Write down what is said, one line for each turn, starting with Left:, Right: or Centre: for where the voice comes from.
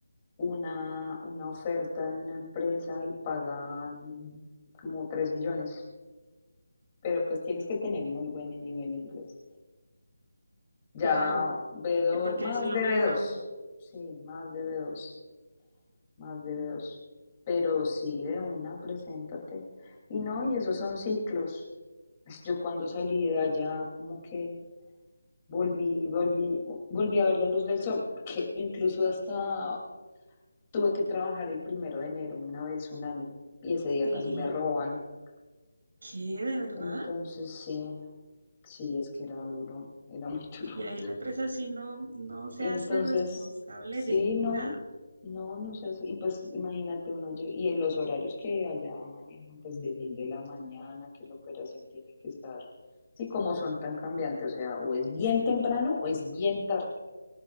Left: una, una oferta de una empresa y pagan como 3 millones, pero pues tienes que tener muy buen nivel de inglés. Ya
Right: Claro,
Left: B2,
Right: eh, porque
Left: más
Right: ahí sí lo
Left: de
Right: miden
Left: B2,
Right: a uno.
Left: sí, más de B2. más debe dos. Pero sí, de una, preséntate. Y no, y esos son ciclos. Pues yo cuando salí de allá, como que volví, volví, volví a ver la luz del sol, porque incluso hasta tuve que trabajar el primero de enero, una vez, un año, y ese día
Right: sí
Left: casi me roban.
Right: qué? ¿De verdad?
Left: Entonces, sí, sí, es que era duro, era muy <laughs> duro.
Right: Y ahí la empresa sí no, no se
Left: Y
Right: hace
Left: entonces,
Right: responsable
Left: sí,
Right: de nada.
Left: no, no, no sé, y pues imagínate uno, lle- y en los horarios que allá manejan, pues de 6 de la mañana, que la operación tiene que estar, sí, como son tan cambiantes, o sea, o es bien temprano o es bien tarde.